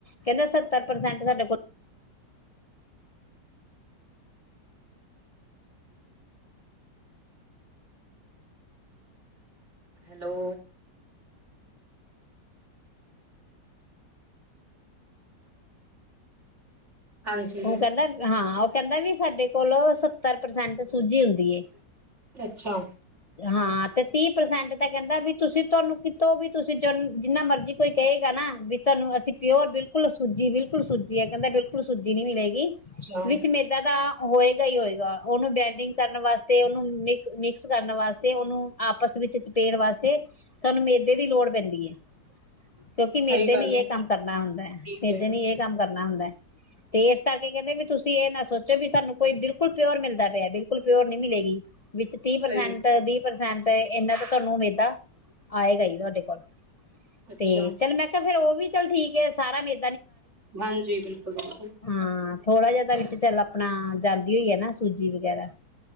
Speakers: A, on the left; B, on the right.
A: ਕਹਿੰਦਾ ਸੱਤਰ ਪ੍ਰਸੈਂਟ ਸਾਡੇ ਕੋਲ
B: ਹੈਲੋ। ਹਾਂਜੀ
A: ਔ ਕਹਿੰਦਾ ਹਾਂ। ਔ ਕਹਿੰਦਾ ਵੀ ਸਾਡੇ ਕੋਲ ਸੱਤਰ ਪ੍ਰਸੈਂਟ ਸੂਜੀ ਹੁੰਦੀ ਏ।
B: ਅੱਛਾ।
A: ਹਾਂ ਤੇ ਤੀਹ ਪ੍ਰਸੈਂਟ ਤਾਂ ਕਹਿੰਦਾ ਵੀ ਤੁਸੀਂ ਤੁਹਾਨੂੰ ਕਿਤੋਂ ਵੀ ਤੁਸੀਂ ਜਿਨ ਜਿੰਨਾ ਮਰਜੀ ਕੋਈ ਕਹੇਗਾ ਨਾ ਵੀ ਤੁਹਾਨੂੰ ਅਸੀਂ ਪਿਓਰ ਬਿਲਕੁਲ ਸੂਜੀ ਬਿਲਕੁਲ ਸੂਜੀ ਆ ਕਹਿੰਦਾ ਬਿਲਕੁਲ ਸੂਜੀ ਜਿੰਨੀ ਵੀ ਲੈਈ
B: ਅੱਛਾ
A: ਵਿੱਚ ਮੇਦ ਦਾ ਹੋਏਗਾ ਹੀ ਹੋਏਗਾ ਉਹਨੂੰ ਬੈਂਡਿੰਗ ਕਰਨ ਵਾਸਤੇ, ਓਨੂੰ ਮਿਕ ਮਿਕਸ ਕਰਨ ਵਾਸਤੇ, ਓਨੂੰ ਆਪਸ ਵਿੱਚ ਚਪੇਣ ਵਾਸਤੇ ਸਾਨੂੰ ਮੇਦੇ ਦੀ ਲੋੜ ਪੈਂਦੀ ਹੈ। ਕਿਉਂਕਿ ਮੇਦੇ
B: ਸਹੀ
A: ਨ
B: ਗੱਲ
A: ਇਹ
B: ਹੈ
A: ਕੰਮ ਕਰਨਾ ਹੁੰਦਾ
B: ਠੀਕ
A: ਮੇਦੇ
B: ਹੈ
A: ਨ ਇਹ ਕੰਮ ਕਰਨਾ ਹੁੰਦਾ। ਤੇ ਇਸ ਕਰਕੇ ਕਹਿੰਦੇ ਵੀ ਤੁਸੀਂ ਇਹ ਨਾ ਸੋਚੋ ਵੀ ਤੁਹਾਨੂੰ ਕੋਈ ਬਿਲਕੁਲ ਪਿਔਰ ਮਿਲਦਾ ਪਿਆ ਬਿਲਕੁਲ ਪਿਔਰ ਨਹੀਂ ਮਿਲੇਗੀ। ਵਿੱਚ ਤੀਹ ਪ੍ਰਸੈਂਟ
B: ਸਹੀ
A: ਏ ਵੀਹ ਪ੍ਰਸੈਂਟ ਤੇ ਇਹਨਾ ਕੁ ਤੇ ਤੁਹਾਨੂੰ ਮੇਦਾ ਆਏਗਾ ਹੀ ਤੁਹਾਡੇ ਕੋਲ।
B: ਅੱਛਾ
A: ਤੇ ਚੱਲ, ਮੈਂ ਕਿਹਾ ਫੇਰ ਔ ਔ ਵੀ ਚੱਲ ਠੀਕ ਹੈ ਸਾਰਾ ਮੇ
B: ਹਾਂਜੀ ਬਿਲਕੁਲ ਬਿਲਕੁਲ।
A: ਹਾਂ, ਥੋੜਾ ਜਿਹਾ ਤਾਂ ਵਿੱਚ ਚੱਲ ਆਪਣਾ ਜਾਂਦੀ ਹੋਈ ਆ ਨਾ ਸੂਜੀ ਵਗੈਰਾ,